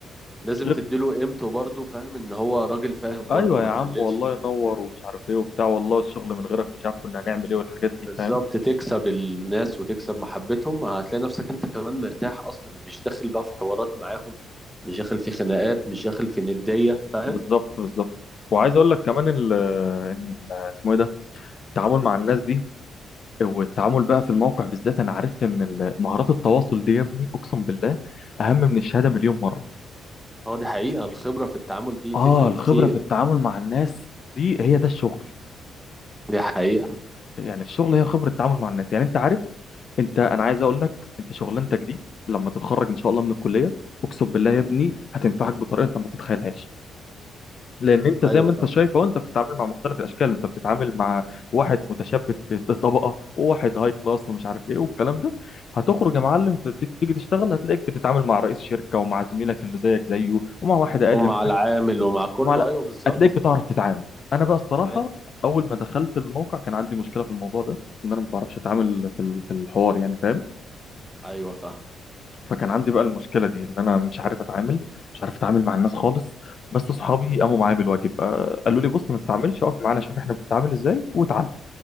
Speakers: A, in the centre; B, on the left (about 50°).
A: لازم
B: غير
A: تديله قيمته برضه فاهم ان هو راجل فاهم
B: ايوه
A: برضه ما
B: يا عم
A: تقللش
B: والله
A: منه
B: ينور
A: وبتاع
B: ومش عارف ايه وبتاع والله الشغل من غيرك مش عارف كنا هنعمل ايه والحاجات
A: بالظبط
B: دي فاهم
A: تكسب الناس وتكسب محبتهم هتلاقي نفسك انت كمان مرتاح اصلا مش داخل بقى في حوارات معاهم مش داخل في خناقات مش داخل في ندية فاهم
B: بالظبط بالظبط وعايز اقول لك كمان ال ان ال- اسمه ايه ده التعامل مع الناس دي والتعامل بقى في الموقع بالذات انا عرفت ان ال- مهارات التواصل دي يا ابني اقسم بالله اهم من الشهاده مليون مره
A: اه دي حقيقة الخبرة في التعامل دي
B: اه
A: تفرق
B: الخبره
A: كتير
B: في التعامل مع الناس دي هي ده الشغل
A: دي حقيقة
B: يعني الشغل هي خبره التعامل مع الناس يعني انت عارف انت انا عايز اقول لك انت شغلانتك دي لما تتخرج ان شاء الله من الكليه اقسم بالله
A: مم.
B: يا ابني هتنفعك بطريقه انت ما تتخيلهاش لان انت
A: ايوه
B: زي ما انت
A: فاهم
B: شايف اهو انت بتتعامل مع مختلف الاشكال انت بتتعامل مع واحد متشبث في طبقه وواحد هاي كلاس ومش عارف ايه والكلام ده هتخرج يا معلم بت- تيجي تشتغل هتلاقيك بتتعامل مع رئيس شركه ومع زميلك اللي زيك زيه ومع واحد اقل
A: ومع
B: منك
A: العامل ومع كله
B: ومع لا
A: ايوه بالظبط
B: هتلاقيك بتعرف تتعامل انا بقى الصراحه
A: يعني.
B: اول ما دخلت الموقع كان عندي مشكله في الموضوع ده ان انا ما بعرفش اتعامل في ال- في الحوار يعني فاهم
A: ايوه فاهم
B: فكان عندي بقى المشكله دي ان انا مش عارف اتعامل مش عارف اتعامل مع الناس خالص بس اصحابي قاموا معايا بالواجب آه، قالوا لي بص ما تتعاملش اقف معانا شوف احنا بنتعامل ازاي واتعلم